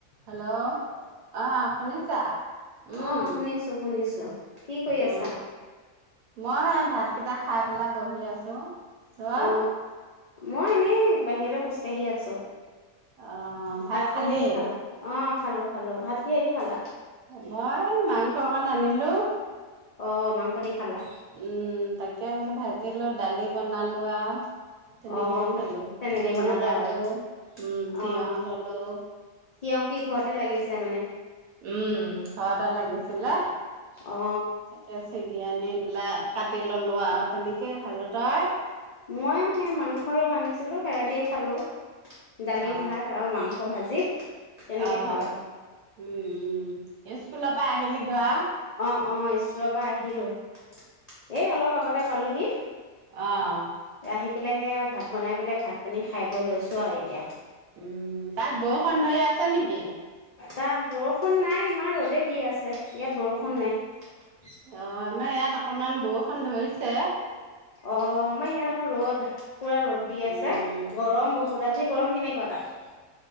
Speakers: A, on the right; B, on the left.
A: হেল্ল', অ শুনিছা উম
B: অ শুনিছো শুনিছো কি কৰি
A: অ
B: আছা
A: মই ভাত? কিবা খাই পেলাই বহি আছো। হা।
B: অ মই এনেই বাহিৰতে খোজকাাঢ়ি আছো।
A: অ, ভাত খালী?
B: কিহেদি খালা অ খালো খালো, ভাত কি হেৰি খালা?
A: মই মাংস অকণ আনিলোঁ।
B: অ, মাংস দি খালা।
A: উম, তাকে বোলো ভাজিলো দালি বনালো আৰু। তেনেকেই
B: অ
A: খালো,
B: তেনেকে
A: নেমু
B: বনালা
A: ললো
B: আৰু
A: উম তিয়হ
B: অ
A: ললো।
B: তিয়হ কি ঘৰতে লাগিছে মানে
A: উম। ঘৰতে লাগিছিলে ।
B: অ
A: তাকে চিগি আনি। পেলাই কাটি ললো আৰু তেনেকেই সাজো তই
B: মইও সেই মাংস অলপ আনিছিলো হেৰাই দিয়ে খালো দালি
A: অ
B: ভাত আৰু মাংস ভাজি তেনেকে
A: অ
B: খালোঁ ।
A: উম উম স্কুলৰ পৰা আহিলি গে আও
B: অঁ স্কুলৰ পৰা আহিলোঁ এ অলপ আগতে পালোহি
A: অ',
B: আহি পেলাই সেয়া ভাত বনাই পেলাই ভাত পানী খাই বৈ লৈছোঁ আৰু এতিয়া ।
A: উম তাত বৰষুণ ধেই আছে নেকি
B: তাত বৰষুণ নাই ইমান ৰ'দে দি আছে ইয়াত বৰষুণ নাই
A: অ আমাৰ ইয়াত অকমান বৰষুণ ধৰিছে।
B: অ আমাৰ ইয়াত আক । ৰ'দ পুৰা ৰ'দ দি
A: উম,
B: আছে গৰম বহুত আ আজি গৰম কেনেকুৱা তাত